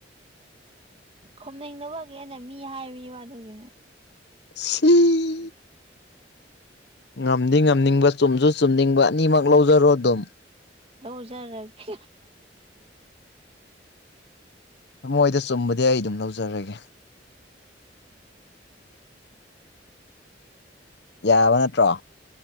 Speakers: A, on the right; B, on the left.
A: ꯈꯣꯝꯅꯤꯡꯅꯕꯒꯤꯦꯅ ꯃꯤ ꯍꯥꯏꯔꯤꯕꯕ ꯑꯗꯨꯒꯤꯅꯦ
B: ꯁꯤ ꯉꯝꯗꯤ ꯉꯝꯅꯤꯡꯕ ꯆꯨꯝꯁꯨ ꯆꯨꯝꯅꯤꯡꯕ ꯑꯅꯤꯃꯛ ꯂꯧꯖꯔꯣ ꯑꯗꯨꯝ
A: ꯂꯧꯧꯖꯔꯒꯦ
B: ꯊꯃꯣꯏꯗ ꯆꯨꯝꯕꯗꯤ ꯑꯩ ꯑꯗꯨꯝ ꯂꯧꯖꯔꯒꯦ ꯌꯥꯕ ꯅꯠꯇ꯭ꯔꯣ